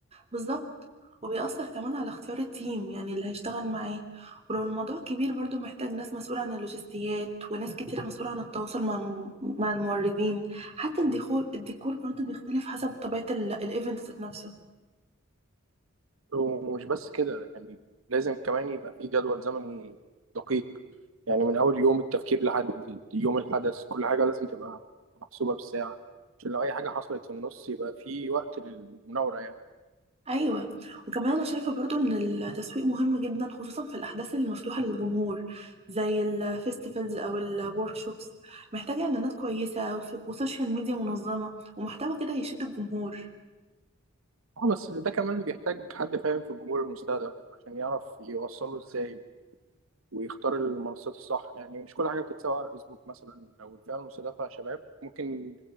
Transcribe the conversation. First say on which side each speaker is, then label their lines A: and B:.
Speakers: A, on the right (about 30°); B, on the right (about 80°).
A: بالظبط وبيأثر كمان على اختيار التيم يعني اللي هيشتغل معاه ولو الموضوع كبير برضو محتاج ناس مسؤوله عن اللوجستيات وناس كتيره مسؤوله عن التواصل مع الم- مع الموردين حتى الديكور الديكور برضو بيختلف حسب طبيعه ال- الايفنت ذات نفسه
B: ومش بس كده يعني لازم كمان يبقى فيه جدول زمني دقيق يعني من أول يوم التفكير لحد يوم الحدث كل حاجة لازم تبقى محسوبة بالساعة عشان لو أي حاجة حصلت في النص يبقى فيه وقت للمناورة يعني
A: ايوه وكمان انا شايفه برضو ان التسويق مهم جدا خصوصا في الاحداث المفتوحه للجمهور زي الفيستيفالز او الوركشوبس محتاجه اعلانات كويسه وس- وسوشيال ميديا منظمه ومحتوى كده يشد الجمهور
B: اه بس ده كمان بيحتاج حد فاهم في الجمهور المستهدف عشان يعرف يوصله ازاي ويختار المنصات الصح يعني مش كل حاجة بتتسوق على فيسبوك مثلا أو الفئة المستهدفة شباب ممكن